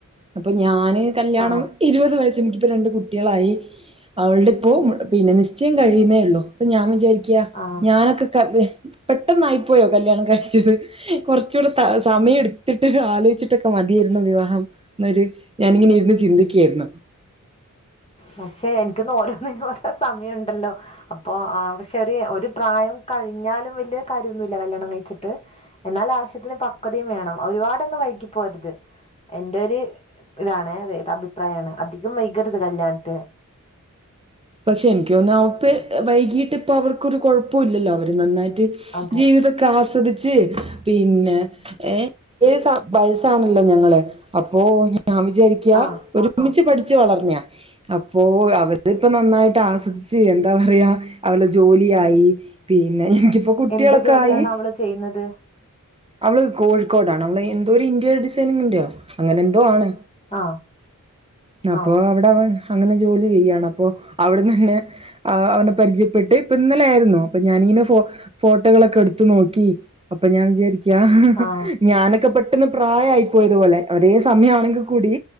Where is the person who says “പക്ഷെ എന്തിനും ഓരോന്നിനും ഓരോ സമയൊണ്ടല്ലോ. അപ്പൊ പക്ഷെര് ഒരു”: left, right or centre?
Left